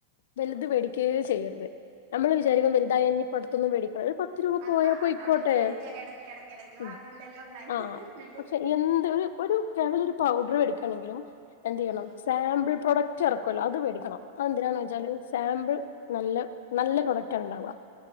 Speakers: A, on the left (about 75°); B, on the right (about 60°).
A: വലുത്
B: ആഹ്
A: വേടികേ ചെയ്യരുത് നമ്മള് വിചാരിക്കും വലുതായ ഇനിപ്പോ അ ടുത്തുന്ന് വേടിക്കള ഒരു പത്ത് രൂപ
B: അത്
A: പോയാപ്പോയിക്കോട്ടെ
B: അതാണ് വിചാരിക്ക എട എടക്കിടക്ക്
A: ഉ
B: വാങ്ങണ്ടല്ലോ ഒന്നായിട്ട്
A: ആ
B: പറഞ്ഞിട്ട്
A: പക്ഷെ എന്ത് ഒരു കേവല ഒരു പൗഡർ വേ ക്കാണെങ്കിലും എന്ത് ചെയ്യണം
B: ആഹ്
A: സാമ്പിൾ പ്രൊഡക്റ്റ് ക്കൊല്ലോ അത് വേടിക്കണം അ എന്തിനാന്ന് വെച്ചാല് സാമ്പിൾ നല്ല നല്ല പ്രൊഡക്റ്റാണ് ണ്ടാവുക